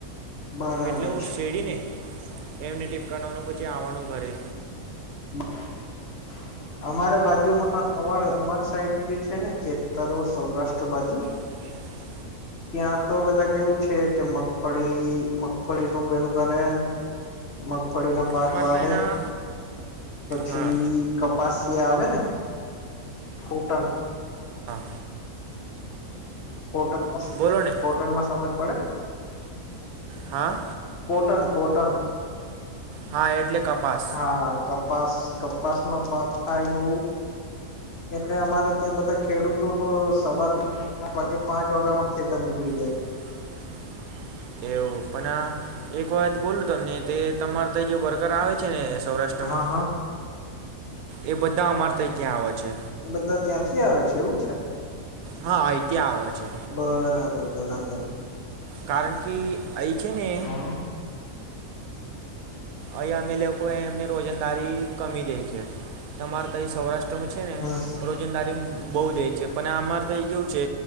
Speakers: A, on the left; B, on the right.
A: બરાબર
B: એટલે હું
A: છે.
B: શેડીને એમને ટીપકાવાનું પછી આવવાનું ઘરે
A: બ <inaudible> અમારે બાજુમાં અમાર અમાર સાઈડ જે છે ને ખેતરો સૌરાષ્ટ્ર બાજુ
B: હ <inaudible>
A: ત્યાં તો બધા કેવું છે. કે મગફળી મગફળી નું પેલું કરે મગફળી ના પાક
B: અમારે
A: વાવે
B: તો એના
A: પછી
B: હા
A: કપાસી આવે આવે ને કોટન
B: હા.
A: કોટણમાં
B: બોલો ને
A: કોટણમાં સમજ પડે-
B: હા.
A: કોટન કોટન
B: હા એટલે કપાસ
A: હા કપાસ કપાસ નો પાક થાય બહુ એટલે અમારે ત્યાં બધા ખેડૂતો સવાર વાગે પાંચ વાગ્યામાં ખેતર નીકળી જાય
B: <inaudible> એવું પણ આ એક વાત બોલું તમને તે તમારે ત જે બર્કર આવે છે ને સૌરાષ્ટ્રમાં
A: હા હા
B: એ બધા અમાર ત ત્યાં આવે છે.
A: બધા ત્યાંથી આવે છે એવું છે.
B: હા અ ત્યાં આવે છે.
A: બરાબર બરાબર.
B: કારણ કે અહીં છે ને
A: હા
B: અહીંયા અમે લોકો એમની રોજંદારી કમી દે છે તમારે તો સૌરાષ્ટ્ર છે ને
A: હમ
B: રોજિંદારી બઉુ દે છે પણ અમારે તો એ કેવું છે